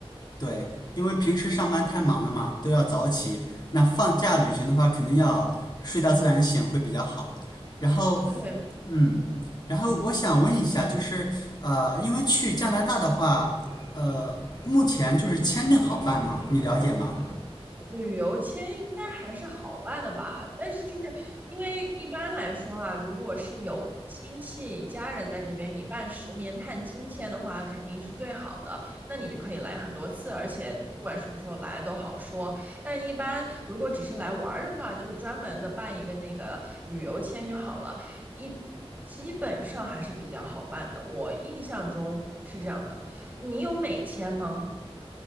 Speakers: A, on the left; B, on the right.
A: 对，因为平时上班太忙了嘛，都要早起，那放假旅行的话，肯定要睡到自然醒会比较好。然后
B: 对。
A: 嗯，然后我想问一下，就是呃，因为去加拿大的话，呃，目前就是签证好办吗？你了解吗？
B: 旅游签应该还是好办的吧，但是就是因为一般来说啊，如果是有亲戚家人在这边，你办十年探亲签的话，肯定是最好的，那你就可以来很多次，而且不管什么时候来都好说。但一般如果只是来玩儿的话，就专门的办一个那个旅游签就好了，一基本上还是比较好办的，我印象中是这样的。你有美签吗？